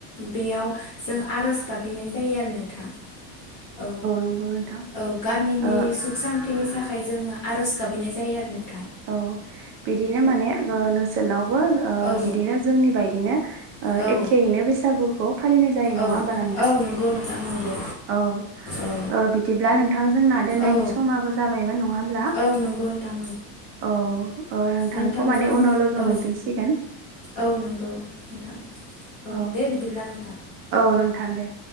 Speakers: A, on the left; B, on the right.
A: बेयाव जों आर'ज। गाबहैनाय जायो आरो नोंथां। औ
B: नंगौ नोंथां
A: औ गामिनि
B: ओ
A: सुख सान्थिनि साख। थाखाय जोङो आर'ज गाबहैनाय जायो आरो नोंग।
B: औ। बिदिनो माने ओ नोंसोरनावबो ओ
A: औ
B: बिदिनो जोंनि बायदिनो ओ
A: औ
B: एखेयैनो। बैसागुखौ फालिनाय जायो नङा
A: औ
B: ओमबा नोंग।
A: औ नंगौ नोंथां नंगौ।
B: औ
A: औ
B: ओ बिदिब्ला नोंथां जोंना दोननायनि
A: औ
B: समाबो जाबाय बा नङा। होमब्ला
A: औ नंगौ नोथां।
B: औ ओ नोंथांखौ
A: नोंथांजों
B: माने उनाव लोगो
A: औ
B: मोनफिनसिगोन।
A: औ नोंगौ नोंथां।
B: औ
A: दे बिदिब्ला नोंथां।
B: औ नोंथां दे।